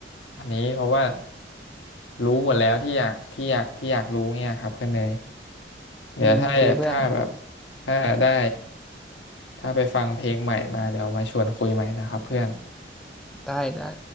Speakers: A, on the left; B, in the centre.
A: อันนี้เพราะว่ารู้หมดแล้วที่อยากที่อยากที่อยากรู้เนี่ยครับเพื่อนเนยเดี๋ยวถ้าถ้าแบบ
B: อืมโอเคเพื่อน
A: ถ้าได้ถ้าไปฟังเพลงใหม่มาเดี๋ยวมาชวนคุยใหม่นะครับเพื่อน
B: ได้ได้